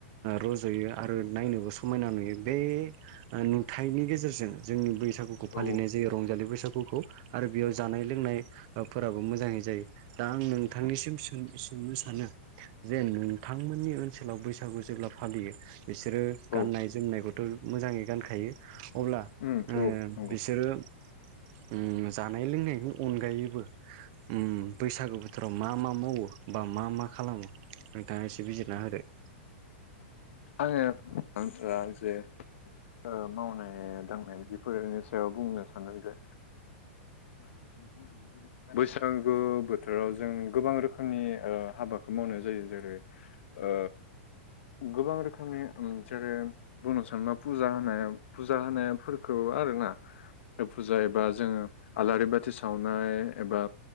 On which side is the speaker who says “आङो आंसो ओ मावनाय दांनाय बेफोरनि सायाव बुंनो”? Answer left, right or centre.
Left